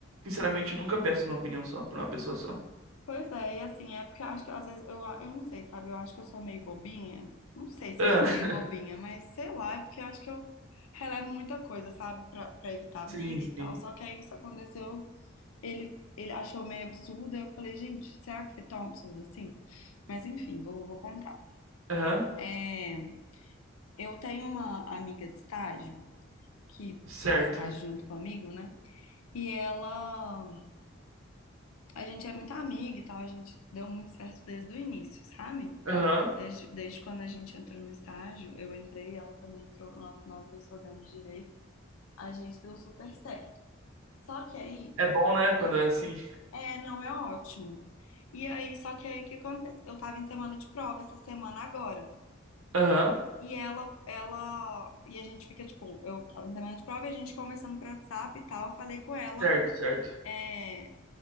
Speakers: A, on the right; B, on the left.
A: sinceramente, nunca peço uma opinião só, pra uma pessoa só.
B: Pois é, e assim, é porque eu acho que às vezes. Eu, eu não sei, sabe? Eu acho que eu sou meio bobinha. Não sei se
A: Ah,
B: eu sou meio
A: <laughs>
B: bobinha, mas sei lá, é porque eu acho que eu relevo muita coisa, sabe? Pra, pra evitar
A: sim,
B: briga
A: sim.
B: e tal. Só que aí isso aconteceu. Ele, ele achou meio absurdo. Eu falei, gente, será que foi tão absurdo assim? Mas enfim, vou, vou contar.
A: Aham,
B: É, eu tenho uma amiga de estágio que
A: certo.
B: faz estágio junto comigo, né? E ela. A gente é muito amiga e tal, a gente deu muito certo desde o início, sabe?
A: Aham.
B: Desde, desde quando a gente entrou no estágio, eu entrei, ela também entrou, nó- nós, duas fazemos direito, a gente deu super certo. Só que aí,
A: É bom, né, quando é assim.
B: é, não é ótimo. E aí, só que aí o que acontece? Eu tava em semana de prova essa semana agora.
A: Aham.
B: E ela, ela, e a gente fica tipo, eu tava em semana de prova, e a gente conversando por WhatsApp e tal, eu falei com ela.
A: Certo, certo.
B: é,